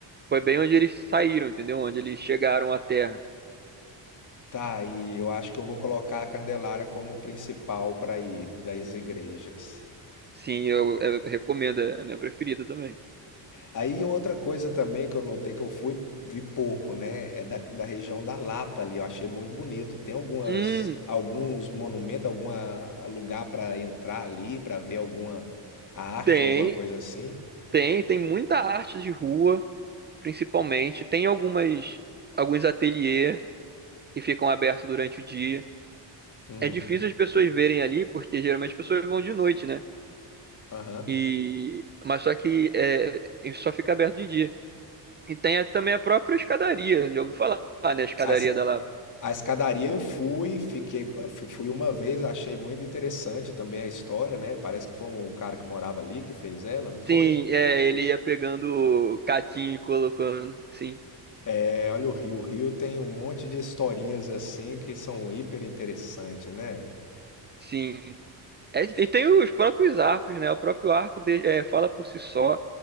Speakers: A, on the right; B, on the left.
A: foi bem onde eles saíram, entendeu? Onde eles chegaram à terra.
B: tá aí. Eu acho que eu vou colocar a Candelária como principal para ir das igrejas.
A: Sim, eu eu recomendo, é a minha preferida também.
B: Aí outra coisa também que eu notei que eu fui vi pouco, né, é da, da região da Lapa ali, eu achei muito bonito. Tem algumas
A: Hum,
B: alguns monumentos, algum lugar para entrar ali, para ver alguma arte
A: tem,
B: ou alguma coisa assim.
A: tem, tem muita arte de rua, principalmente. Tem algumas, alguns ateliê que ficam abertos durante o dia.
B: Hum,
A: É difícil as pessoas verem ali, porque geralmente as pessoas vão de noite, né?
B: aham.
A: E, mas só que é, isso só fica aberto de dia. E tem a- também a própria escadaria, já ouviu falar, né? A escadaria
B: A, es-
A: da Lapa.
B: a escadaria eu fui, fiquei fu- fui uma vez, achei muito interessante também a história, né? Parece que foi um cara que morava ali que fez ela, não foi?
A: Sim, é, ele ia pegando catinho e colocando. Sim,
B: É, olha o Rio, o Rio tem um monte de historinhas assim que são hiper interessantes, né?
A: sim. É, e tem os próprios arcos, né? O próprio arco de- é, fala por si só,